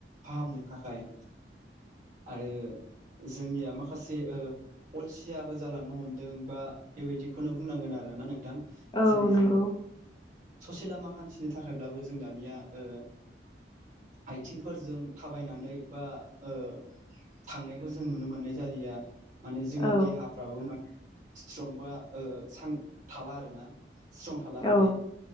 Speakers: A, on the right (about 45°); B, on the left (about 25°).
A: फाहामनो थाखाय आरो जोंनिया माखासे ओ अलसियाबो जालांनो हमदों बा बेबायदिखौनो बुंनांगोन आरोना नोंथां
B: औ
A: जेरै
B: नंगौ
A: जों ससे लामा हान्थिनो थाखायब्लाबो जों दानिया ओ आइथिंफोरजों थाबायनानै बा ओ थांनायख खौ जों नुनो मोननाय जालिया माने जोंनि
B: औ
A: देहा फ्राबो मा स्ट्रंबा ओ सां थाला आरोना स्ट्रं थाला
B: औ
A: माने